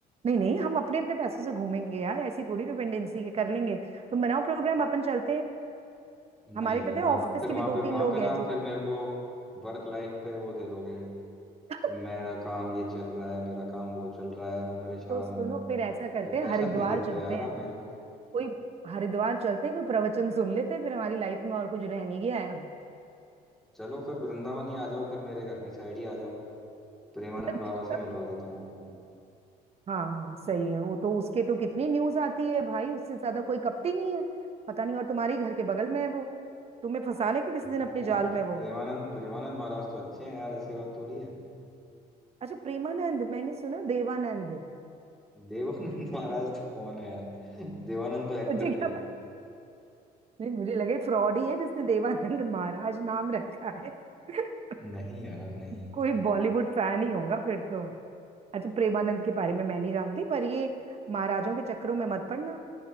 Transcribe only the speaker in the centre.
नहीं
यार
आप फिर
वहां
पे
वहां
पे ना
आप
फिर मेरे को वर्क लाइफ पे वो दे दोगे
कि मेरा काम ये चल रहा है मेरा काम वो चल रहा है मैं परेशान
हूँ
डिप्रेशन
दे देते
हो यार
आप मेरे को
चलो फिर वृंदावन ही आ जाओ फिर मेरे घर की साइड ही आ जाओ प्रेमानंद
बाबा से मिलवा देता हूँ आपको
नहीं
यार
प्रेमानंद प्रेमानंद महाराज तो अच्छे हैं यार ऐसी बात थोड़ी है
देवानंद <laughs> महाराज तो कौन है यार देवानंद तो एक्टर
थे
नहीं यार नहीं